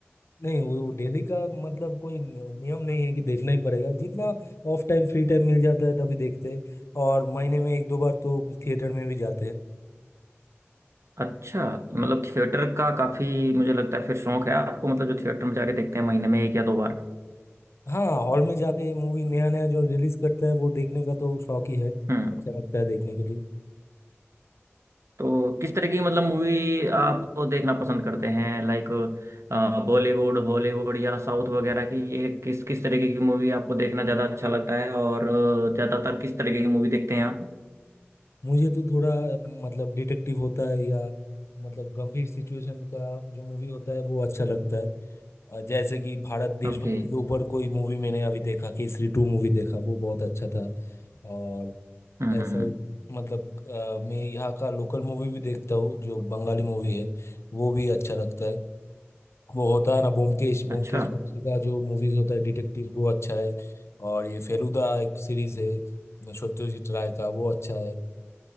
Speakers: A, on the left; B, on the right.
A: नहीं वो डेली का मतलब कोई नि- नियम नहीं है कि देखना ही पड़ेगा जितना ऑफ टाइम फ्री टाइम मिल जाता है तभी देखते हैं और महीने में एक दो बार तो थिएटर में भी जाते हैं
B: अच्छा तो मतलब थिएटर का काफी मुझे लगता है फिर शौक है आपको मतलब जो थिएटर में जाके देखते हैं महीने में एक या दो बार
A: हाँ हॉल में जाके मूवी नया नया जो रिलीज करता है वो देखने का तो शौक ही है
B: हम्म
A: अच्छा लगता है देखने के लिए
B: तो किस तरह की मतलब मूवी आप देखना पसंद करते हैं लाइक बॉलीवुड हॉलीवुड या साउथ वगैरह की ये किस किस तरीके की मूवी आपको देखना ज़्यादा अच्छा लगता है और अ, ज़्यादातर किस तरीके की मूवी देखते हैं आप
A: मुझे तो थोड़ा अ, मतलब डिटेक्टिव होता है या मतलब गंभीर सिचुएशन का जो मूवी होता है वो अच्छा लगता है अ, जैसे कि भारत देशभक्ति
B: ओके
A: के ऊपर कोई मूवी मैंने अभी देखा केसरी टू मूवी देखा वो बहुत अच्छा था और
B: हम्म हम्म
A: ऐसा ही
B: हम्म,
A: मतलब अ, मैं यहाँ का लोकल मूवी भी देखता हूँ जो बंगाली मूवी है वो भी अच्छा लगता है वो होता है ना ब्योमकेश ब्योमकेश
B: अच्छा
A: बख्शी का जो मूवीज होता है डिटेक्टिव वो अच्छा है और ये फेलुदा एक सीरीज है सत्यजीत राय का वो अच्छा है